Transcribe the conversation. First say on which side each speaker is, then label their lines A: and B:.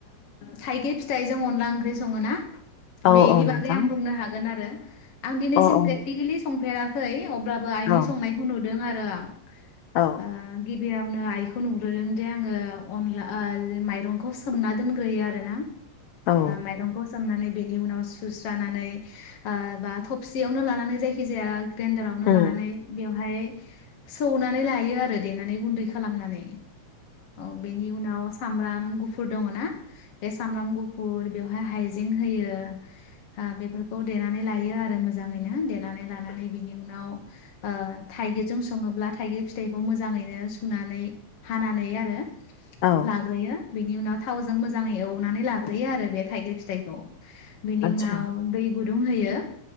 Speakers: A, on the left; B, on the left.
A: थाइगिर फिथाइजों अनला ओंख्रि संङो ना
B: औ
A: बेनि
B: औ नोंथां
A: बागै आं बुंनो हागोन आरो आं दिनैसिम
B: अ औ
A: प्रेक्टिकेलि सं फेराखै अब्लाबो आइनि
B: औ
A: नुदों आरो आं
B: औ
A: आ गिबियावावनो आइखौ नुग्रोदों दे आंङो अनला माइरंखौ सोमना दोनग्रोयो आरोना
B: औ
A: माइरंखौ सोमनानै बेनि उनाव सुस्रानानै बा थबसियावनो लानानै जायखिजाया
B: उम
A: <unintelligible> लानानै बेवहाय सौनानै लायो आरो देनानै गुन्दै खालामनानै औ बेनि उनाव सामब्राम गुफुर दंङ ना बे सामब्राम गुफुर बेवहाय हाइजें होयो बेफोरखौ देनानै लायो आरो मोजांङैनो देनानै लानानै बिनि उनाव ओ थाइगिरजों संङोब्ला थाइगिर फिथाइखौ मोजाङैनो सुनानै हानानै आरो
B: औ औ
A: लाग्रोयो बेनि उनाव थावजों मोजाङै एवनानै लाग्रोयो आरो बे थाइगिर फिथाइखौ बेनि
B: आदसा
A: उनाव दै गुदुं गुदुं होयो